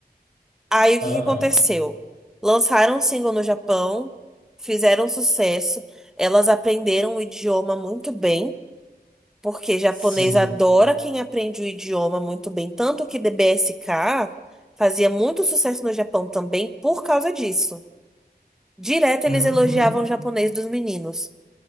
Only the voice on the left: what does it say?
Aham.
Sim.
Uhum.